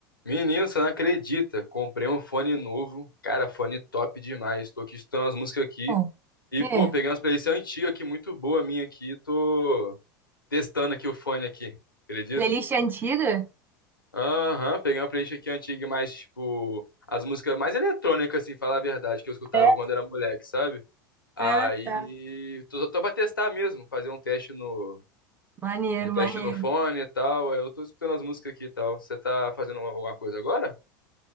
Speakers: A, on the left; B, on the right.
A: Menino, você não acredita? Comprei um fone novo. Cara, fone top demais. Tô aqui escutando as músicas aqui.
B: Bom,
A: E,
B: é,
A: pô, peguei umas playlists antigas aqui, muito boa minha aqui. Tô testando aqui o fone aqui. Acredita?
B: playlist antiga?
A: Aham, peguei uma playlist aqui antiga, mais, tipo, as músicas mais eletrônicas, assim, falar a verdade, que eu escutava
B: É.
A: quando era moleque, sabe? Aí,
B: Ah, tá.
A: tô, tô pra testar mesmo, fazer um teste no,
B: Maneiro,
A: um teste
B: maneiro.
A: no fone e tal. Aí eu tô escutando as músicas aqui e tal. Você tá fazendo alguma coisa agora?